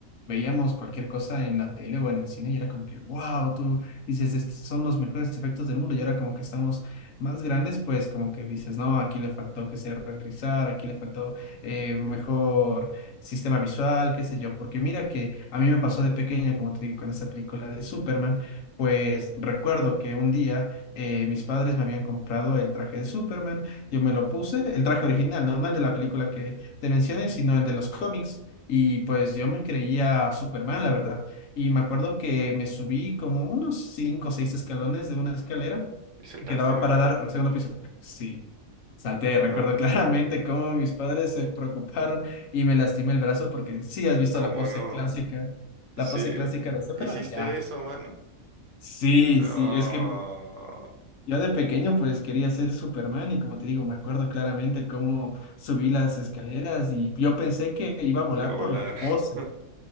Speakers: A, on the left; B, on the right.
A: veíamos cualquier cosa en la tele o en el cine y era como que, wow, tú dices, estos son los mejores efectos del mundo y ahora como que estamos más grandes, pues como que dices, no, aquí le faltó que sea renderizar, aquí le faltó eh, un mejor sistema visual, qué sé yo, porque mira que a mí me pasó de pequeño, como te digo, con esta película de Superman, pues recuerdo que un día eh, mis padres me habían comprado el traje de Superman, yo me lo puse, el traje original, ¿no? No el de la película que te mencioné, sino el de los cómics, y pues yo me creía Superman, la verdad. Y me acuerdo que me subí como unos cinco o seis escalones de una escalera
B: ¿Y saltaste,
A: que daba
B: mano?
A: para dar al segundo piso. Sí. Salté,
B: Mano,
A: recuerdo <laughs> claramente cómo mis padres se preocuparon y me lastimé el brazo porque sí has visto
B: ¿cómo
A: la pose
B: no?
A: clásica, la
B: Sí,
A: pose clásica
B: güey.
A: de Superman,
B: ¿hiciste
A: ya.
B: eso, mano?
A: Sí,
B: No,
A: sí, es que yo de pequeño pues quería ser Superman y como te digo, me acuerdo claramente cómo subí las escaleras y yo pensé que iba a volar
B: que iba a volar
A: por la pose,
B: <laughs>